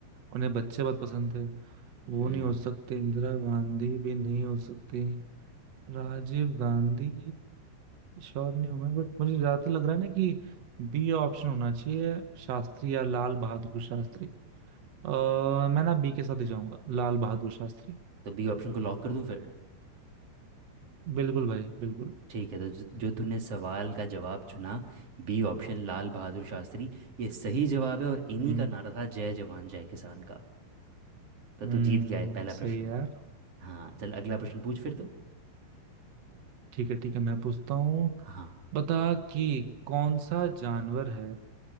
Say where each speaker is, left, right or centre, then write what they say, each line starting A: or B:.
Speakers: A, on the right; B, on the right.
A: उन्हें बच्चे बहुत पसंद थे वो
B: हम्म
A: नहीं हो सकते इंदिरा गांधी भी नहीं हो सकती राजीव गांधी श्योर नहीं हूं मैं बट मुझे ज्यादा तो लग रहा है ना कि बी ऑप्शन होना चाहिए शास्त्री या लाल बहादुर शास्त्री आ, मैं ना बी के साथ ही जाऊंगा लाल बहादुर शास्त्री
B: तो बी ऑप्शन को लॉक कर दूं फिर
A: बिल्कुल भाई बिल्कुल
B: ठीक है तो जो जो तूने सवाल का जवाब चुना बी ऑप्शन लाल बहादुर शास्त्री ये सही जवाब है और इन्हीं
A: हम्म
B: का नारा था जय जवान जय किसान का तो
A: हम्म
B: तू जीत गया है पहला
A: सही
B: प्रश्न
A: है यार
B: हाँ चल अगला प्रश्न पूछ फिर तू
A: ठीक है ठीक है मैं पूछता हूँ
B: हाँ
A: बता कि कौन सा जानवर है